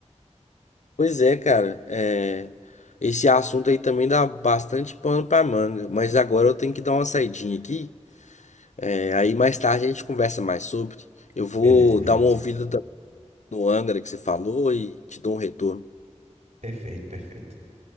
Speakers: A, on the left; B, on the right.
A: Pois é, cara. É, Esse assunto aí também dá bastante pano pra manga. Mas agora eu tenho que dar uma saidinha aqui. É, Aí mais tarde a gente conversa mais sobre. Eu vou
B: Beleza, beleza.
A: dar uma ouvida no Angra que você falou e te dou um retorno.
B: Perfeito, perfeito.